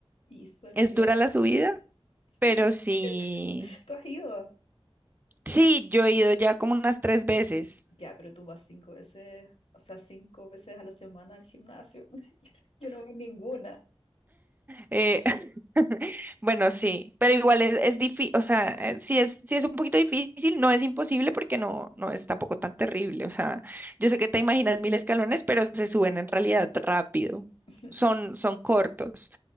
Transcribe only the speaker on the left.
Y son,
claro,
sí.
<laughs> ¿Tú has ido?
Ya, pero tú vas cinco veces, o sea, cinco veces a la semana al gimnasio. <laughs> Yo no voy ninguna.
<laughs>